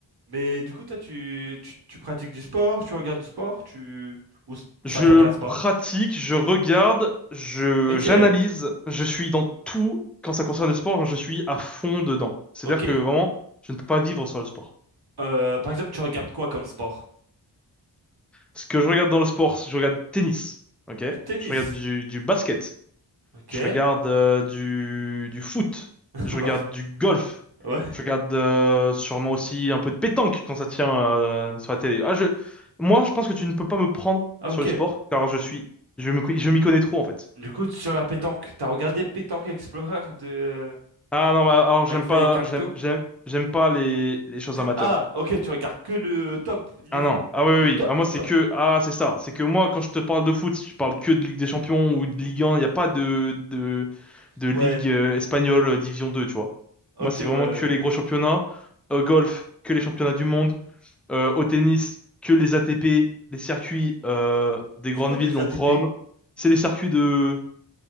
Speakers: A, on the right; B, in the centre.
A: Mais du coup, toi, tu, tu, tu pratiques du sport, tu regardes du sport, tu... Ou s- ça
B: Je
A: t'intéresse pas?
B: pratique, je regarde, je
A: Ok,
B: j'analyse, je suis dans tout quand ça concerne le sport, je suis à fond dedans. C'est-à-dire
A: ok.
B: que vraiment, je ne peux pas vivre sans le sport.
A: Euh, par exemple, tu regardes quoi comme sport?
B: Ce que je regarde dans le sport, je regarde tennis, ok?
A: Du tennis.
B: Je regarde du, du basket,
A: Ok.
B: je regarde euh, du, du foot,
A: <laughs>
B: je regarde
A: Bah,
B: du golf,
A: ouais.
B: je regarde euh, sûrement aussi un peu de pétanque quand ça tient euh, sur la télé. Ah, je, moi, je pense que tu ne peux pas me prendre
A: Ah,
B: sur
A: ok.
B: le sport car je suis, je me, je m'y connais trop en fait.
A: Du coup, sur la pétanque, t'as regardé Pétanque Explorer de euh,
B: Ah non, bah, alors j'aime
A: McFly
B: pas,
A: et Carlito?
B: j'aime, j'aime, j'aime pas les, les choses amateurs.
A: Ah, ok, tu regardes que le top niveau.
B: Ah non, ah oui, oui,
A: Le top
B: oui. ah
A: du
B: moi c'est
A: top.
B: que, ah c'est ça, c'est que moi quand je te parle de foot, je parle que de Ligue des Champions ou de Ligue 1, il n'y a pas de, de, de Ligue
A: Ouais.
B: euh, espagnole euh, Division 2, tu vois.
A: Ok,
B: Moi c'est vraiment
A: ouais.
B: que les gros championnats, au golf, que les championnats du monde, euh, au tennis, que les ATP, les circuits euh, des grandes
A: C'est quoi
B: villes,
A: des
B: donc
A: ATP?
B: Rome, c'est les circuits de,